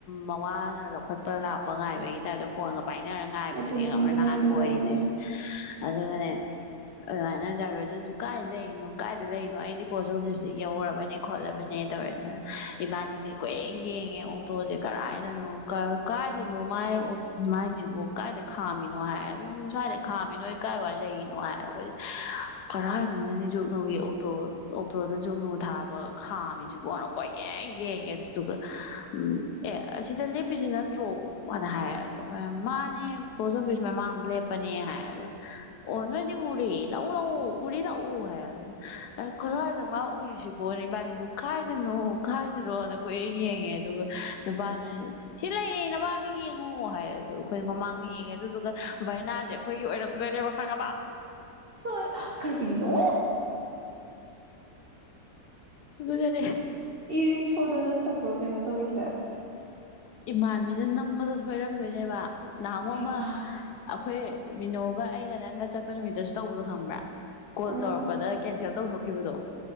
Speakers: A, on the left (about 70°); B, on the right (about 45°).
A: ꯃꯋꯥꯅ ꯂꯧꯈꯠꯄ ꯂꯥꯛꯄ ꯉꯥꯏꯕꯒꯤ ꯇꯥꯏꯞꯇ ꯐꯣꯟꯒ ꯄꯥꯏꯅꯔꯒ ꯉꯥꯏꯕꯗꯨꯅꯤ
B: ꯑꯗꯨꯅꯦ ꯑꯗꯨꯅꯦ
A: ꯅꯍꯥꯟ
B: ꯑꯗꯨꯅꯦ
A: ꯑꯣꯏꯔꯤꯁꯦ꯫
B: ꯑꯗꯨꯅꯦ
A: ꯑꯗꯨꯒꯅꯦ ꯑꯗꯨꯃꯥꯏꯅ ꯗ꯭ꯔꯥꯏꯚꯔꯗꯨꯅꯁꯨ ꯀꯥꯏꯗ ꯂꯩꯔꯤꯅꯣ ꯀꯥꯏꯗ ꯂꯩꯔꯤꯅꯣ ꯑꯩꯗꯤ ꯄꯣꯁ ꯑꯣꯐꯤꯁꯇ ꯌꯧꯔꯕꯅꯦ ꯈꯣꯠꯂꯕꯅꯦ ꯇꯧꯔꯦꯅ ꯏꯕꯥꯅꯤꯁꯦ ꯀꯣꯏꯌꯦꯡꯉꯦ ꯑꯣꯛꯇꯣꯁꯦ ꯀꯗꯥꯥꯏꯗꯅꯣ ꯃꯥꯏ ꯃꯥꯏꯁꯤꯕꯨ ꯀꯗꯥꯥꯏꯗ ꯈꯥꯝꯃꯤꯅꯣ ꯍꯥꯏ ꯑꯗꯨꯝ ꯁ꯭ꯋꯥꯏꯗ ꯈꯥꯝꯃꯤ ꯅꯣꯏ ꯀꯗꯥꯥꯏꯋꯥꯏ ꯂꯩꯔꯤꯅꯣ ꯍꯥꯏ ꯑꯩꯈꯣꯏꯁꯦ ꯀꯗꯥꯥꯏꯗꯅꯣꯅꯦ ꯖꯨꯛꯒꯨꯅꯨꯒꯤ ꯑꯣꯛꯇꯣ꯫ ꯑꯣꯛꯇꯣꯗ ꯖꯨꯛꯒꯨꯅꯨ ꯊꯥꯕ ꯈꯥꯝꯃꯤꯁꯤꯕꯨꯅ ꯀ꯭ꯣꯏꯌꯦꯡ ꯌꯦꯡꯉꯦ ꯑꯗꯨꯗꯨꯒ ꯎꯝ ꯑꯦ ꯑꯁꯤꯗ ꯂꯦꯞꯄꯤꯁꯤ ꯅꯠꯇ꯭ꯔꯣ ꯍꯥꯏꯅ ꯍꯥꯏꯔꯦꯗꯣ ꯑꯩꯈꯣꯏꯅ ꯃꯥꯅꯦ ꯄꯣꯁ ꯑꯣꯐꯤꯁ ꯃꯃꯥꯡꯗ ꯂꯦꯞꯄꯅꯦ ꯍꯥꯏ ꯑꯗ ꯑꯣ ꯅꯣꯏꯗꯤ ꯎꯔꯦ ꯂꯥꯛꯎ ꯂꯥꯛꯎ ꯎꯔꯦ ꯂꯥꯛꯎ ꯍꯥꯏꯔꯦ ꯀꯗꯥꯏꯗꯅꯣ ꯃꯥ ꯎꯔꯤꯁꯤꯕꯣꯅꯦ ꯏꯕꯥꯅꯤꯁꯨ ꯈꯥꯏꯗꯅꯣ ꯈꯥꯏꯗꯅꯣꯅ ꯀꯣꯏꯌꯦꯡ ꯌꯦꯡꯉꯦ ꯑꯗꯨꯒ ꯅꯨꯄꯥ ꯑꯃꯅ ꯁꯤ ꯂꯩꯔꯦ ꯅꯃꯥꯡꯗ ꯌꯦꯡꯉꯣ ꯍꯥꯏꯔꯦ ꯑꯩꯈꯣꯏꯅ ꯃꯃꯥꯡꯅ ꯌꯦꯡꯉꯦ ꯑꯗꯨꯗꯨꯒ ꯚꯔꯅꯥꯁꯦ ꯑꯩꯈꯣꯏꯒꯤ ꯑꯣꯏꯔꯝꯗꯣꯏꯅꯦꯕ ꯈꯪꯉꯕꯥ꯫
B: ꯐꯥ ꯀꯔꯤꯅꯣ
A: ꯑꯗꯨꯒꯅꯦ꯫
B: ꯏꯔꯤꯛꯁꯣꯗ ꯅꯠꯇꯕ꯭ꯔꯣ ꯀꯩꯅꯣ ꯇꯧꯔꯤꯁꯦ
A: ꯏꯃꯥꯟꯕꯤꯅ ꯅꯝꯕꯗ ꯁꯣꯏꯔꯝꯗꯣꯏꯅꯦꯕ꯫ ꯅꯍꯥꯟꯃꯨꯛ
B: ꯍꯩꯃꯥ
A: ꯑꯃ ꯑꯩꯈꯣꯏ ꯃꯤꯅꯣꯒ ꯑꯩꯒ ꯅꯪꯒ ꯆꯠꯄ ꯅꯨꯃꯤꯠꯇꯁꯨ ꯇꯧꯕꯗꯣ ꯈꯪꯕ꯭ꯔꯥ ꯀꯣꯜ
B: ꯎꯝ
A: ꯇꯧꯔꯛꯄꯗ ꯀꯦꯟꯁꯦꯜ ꯇꯧꯊꯣꯛꯈꯤꯕꯗꯣ